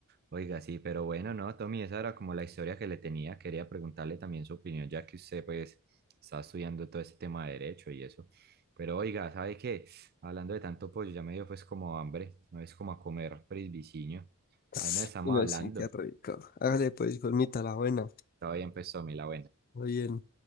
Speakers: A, on the right; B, on the left.
A: oiga, sí, pero bueno, no, Tommy, esa era como la historia que le tenía. Quería preguntarle también su opinión, ya que usted pues está estudiando todo este tema de derecho y eso. Pero oiga, ¿sabe qué? Hablando de tanto pollo, ya me dio pues como hambre, no es como a comer frisbiciño.
B: <sniffs>
A: Ahí no estamos
B: Y no,
A: hablando.
B: sí, qué rico. Hágale pues, colmita, la buena.
A: Todavía empezó, mi la buena.
B: Muy bien.